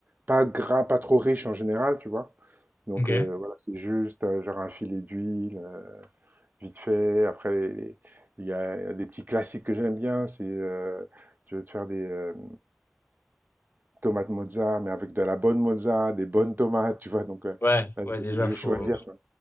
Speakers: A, on the right (about 45°); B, on the left (about 60°).
A: pas gras, pas trop riche en général, tu vois? Donc,
B: Ok.
A: heu, voilà, c'est juste, heu, genre un filet d'huile, heu, vite fait. Après, les il y a des petits classiques que j'aime bien, c'est, heu, tu veux te faire des, hem, tomates mozza, mais avec de la bonne mozza, des bonnes tomates, tu vois? Donc, heu,
B: Ouais,
A: là,
B: ouais, déjà,
A: je
B: faut,
A: vais choisir, quoi.